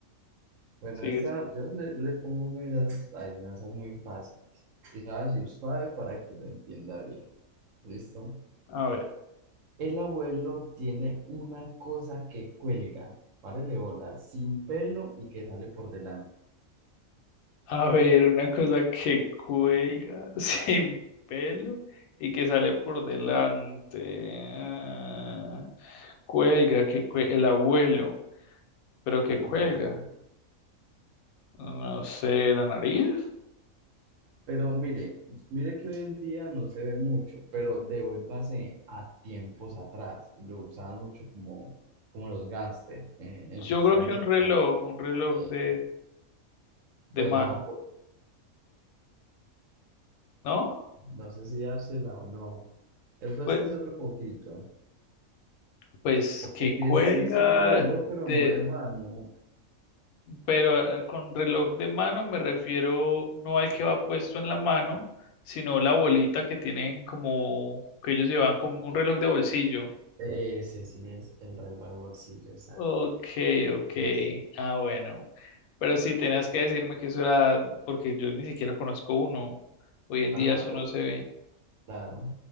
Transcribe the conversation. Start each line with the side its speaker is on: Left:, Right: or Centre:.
Right: Bueno,
Left: sigues.
Right: esta, yo le, le pongo meras adivinanzas muy fáciles. Y sabes ir suave para que lo entienda bien. ¿Listo?
Left: A ver.
Right: El abuelo tiene una cosa que cuelga, párele bola, sin pelo y que sale por delante.
Left: A ver, una cosa que cuelga <laughs> sin pelo y que sale por delante. Ah, Cuelga, que cue- el abuelo, pero que
Right: El
Left: cuelga.
Right: abuelo.
Left: No sé, la nariz.
Right: Pero mire, mire que hoy en día no se ve mucho, pero devuélvase a tiempos atrás. Lo usaban mucho como, como los gángsters eh, en
Left: Yo
Right: sus
Left: creo
Right: trajes
Left: que un
Right: elegantes.
Left: reloj, un reloj
Right: Eh,
Left: de,
Right: bueno,
Left: de mano,
Right: apo-
Left: ¿no?
Right: no sé si dársela o no. Esfuércese
Left: Pues,
Right: otro poquito,
Left: pues
Right: porque
Left: que
Right: sí
Left: cuelga
Right: es, sí es un reloj, pero
Left: de,
Right: no de mano.
Left: Pero eh, con reloj de mano me refiero no al que va puesto en la mano, sino la bolita que tienen como que ellos llevan como un reloj de bolsillo.
Right: Ese sí es el reloj de bolsillo, exacto.
Left: Ok, ok.
Right: es-
Left: Ah, bueno. Pero sí, tenías que decirme que eso era porque yo ni siquiera conozco uno. Hoy en
Right: Ajá,
Left: día eso
Right: por,
Left: no se ve.
Right: claro,